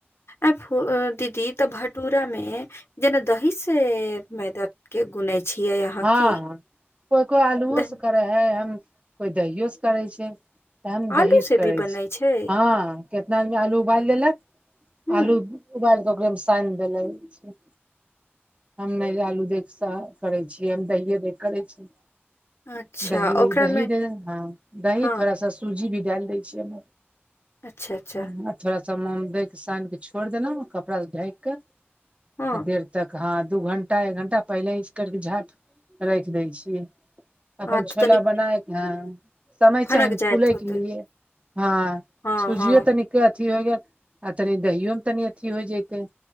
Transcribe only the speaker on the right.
हँ
हँ कोइ कोइ आलुओ
से करै है हम कोइ दहियो से करै छै त हम दहीज
करै
छी
हँ कितना आदमी आलू उबालि लेलक
आलू उबाल क ओकरे मे साएन देले छै हम नहि आलू देख स करै छी जेम दइए द करै छी
दही
दही दे दे हँ दही
थोड़ा सा सू सूजी भी डालि दै छीयै अई
मे <unintelligible> थोड़ा सा मुंम दै के सानि केऽ छोड़ि देलौं कपड़ा से ढाएक क
आ देर तक हँ दू घंटा एक घंटा पहिले इस कर के झाप राखि दै छिय अपन
छोला
बनायके हँ समय चाही
ने
फूलै
के लिए हँ
सुजिये
तनीक अथी होइ गेल आ तनि दहियो मे तनि अथि होय जयतै